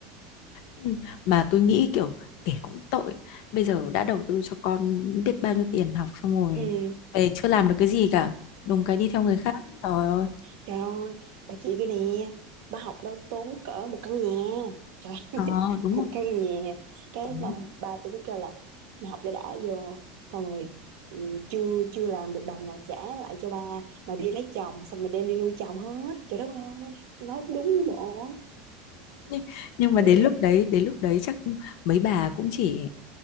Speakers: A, on the left; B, on the right.
A: Ừ, mà tôi nghĩ kiểu kể cũng tội bây giờ đã đầu tư cho con biết bao nhiêu tiền học xong rồi
B: Ừ,
A: về chưa làm được cái gì cả đúng cái đi theo người khác trời ơi
B: trời ơi, bà chị tôi nè, bà học đó tốn cỡ một căn nhà, trời ơi,
A: ờ
B: <laughs>
A: đúng
B: một
A: rồi
B: căn nhà, cái
A: Đúng.
B: xong bà tôi cứ kêu là mày học cho đã vô, xong rồi ừ, chưa chưa làm được đồng nào trả lại cho ba, mà đi lấy chồng, xong rồi đem đi nuôi chồng hết, trời đất ơi, nói đúng với bộ,
A: nhưng, nhưng mà
B: thiệt,
A: đến lúc đấy đến lúc đấy chắc mấy bà cũng chỉ